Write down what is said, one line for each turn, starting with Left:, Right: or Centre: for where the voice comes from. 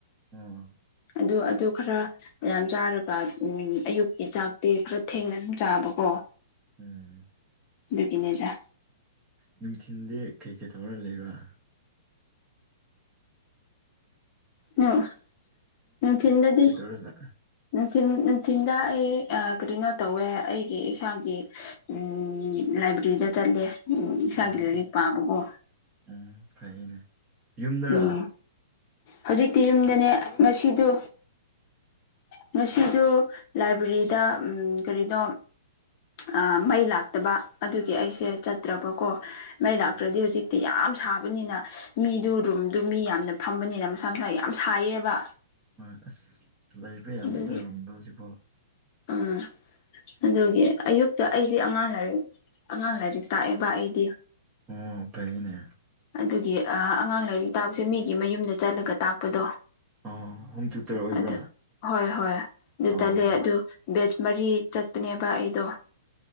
Right: ꯎꯝ
Left: ꯑꯗꯨ ꯑꯗꯨ ꯈꯔ ꯌꯥꯝ ꯆꯥꯔꯒ ꯎ ꯑꯌꯨꯛꯀꯤ ꯆꯥꯛꯇꯤ ꯈꯔ ꯊꯦꯡꯅ ꯆ ꯑꯕ ꯀꯣ
Right: ꯎꯝ
Left: ꯗꯨ ꯀꯅꯤꯗ
Right: ꯅꯨꯡꯊꯤꯟꯗꯤ ꯀꯩꯀꯩ ꯇꯧꯔ ꯂꯩꯕ꯭ꯔꯥ
Left: ꯎꯝ ꯎꯝ ꯊꯤꯟꯗꯗꯤ
Right: ꯂ
Left: ꯅꯨꯡꯊꯤꯟ ꯅꯨꯡꯊꯤꯤꯟꯗ ꯑꯩ ꯀꯔꯤꯅꯣ ꯇꯧꯋꯦ ꯑꯩꯒꯤ ꯏꯁꯥꯒꯤ ꯎꯝ ꯂꯥꯏꯕ꯭ꯔꯦꯔꯤꯗ ꯆꯠꯂꯦ ꯎ ꯏꯁꯥꯒꯤ
Right: ꯑꯣ
Left: ꯂꯥꯏꯔꯤꯛ
Right: ꯑꯁ
Left: ꯄꯥꯕꯀꯣ
Right: ꯎꯝ ꯐꯩꯅꯦ ꯌꯨꯝꯗꯔꯥ
Left: ꯎꯝ ꯍꯧꯖꯤꯛꯇꯤ ꯌꯨꯝꯗꯅꯦ ꯉꯁꯤꯗꯨ ꯉꯁꯤꯗꯨ ꯂꯥꯏꯕ꯭ꯔꯦꯔꯤꯗ ꯎꯝ ꯀꯔꯤꯅꯣ ꯑ ꯃꯩꯂꯥꯛꯇꯕ ꯑꯗꯨꯒꯤ ꯉꯩꯁꯩ ꯆꯠ ꯇ꯭ꯔꯕꯀꯣ ꯃꯩ
Right: ꯎꯝ
Left: ꯂꯥꯛꯇ꯭ꯔꯗꯤ ꯍꯧꯖꯤꯛꯇꯤ ꯌꯥꯝ ꯁꯥꯕꯅꯤꯅ ꯃꯤꯗꯨ ꯔꯨꯝꯗꯨ ꯃꯤ ꯌꯥꯝꯅ ꯐꯝꯕꯅꯤꯅ ꯃꯁꯥ ꯃꯁꯥ ꯌꯥꯝ ꯁꯥꯏꯌꯦꯕ
Right: ꯍꯣꯏ ꯑꯁ ꯂꯩꯕ ꯌꯥꯗꯦꯗ
Left: ꯑꯗꯨꯒꯤ
Right: ꯔꯣꯝꯗ ꯍꯧꯖꯤꯛꯐꯥꯎ
Left: ꯎꯝ ꯑꯗꯨꯒꯤ ꯑꯌꯨꯛꯇ ꯑꯩꯗꯤ ꯑꯉꯥꯡ ꯂꯥꯏꯔꯤꯛ ꯑꯉꯥꯡ ꯂꯥꯏꯔꯤꯛ ꯇꯥꯛꯑꯦꯕ ꯑꯩꯗꯤ
Right: ꯑꯣ ꯐꯩꯅꯦ
Left: ꯑꯗꯨꯒꯤ ꯑꯉꯥꯡ ꯂꯥꯏꯔꯤꯛ ꯇꯥꯛꯁꯦ ꯃꯤꯒꯤ ꯃꯌꯨꯝꯗ ꯆꯠꯂꯒ ꯇꯥꯛꯄꯗꯣ
Right: ꯑ ꯍꯣꯝ ꯇꯌꯨꯇꯔ ꯑꯣꯏꯕ꯭ꯔꯥ
Left: ꯑꯗꯨ ꯍꯣꯏ ꯍꯣꯏ ꯑꯗꯨ
Right: ꯑꯣ
Left: ꯇꯠꯂꯦ ꯑꯗꯨ ꯕꯦꯠ ꯃꯔꯤ ꯆꯠꯄꯅꯦꯕ ꯑꯩꯗꯣ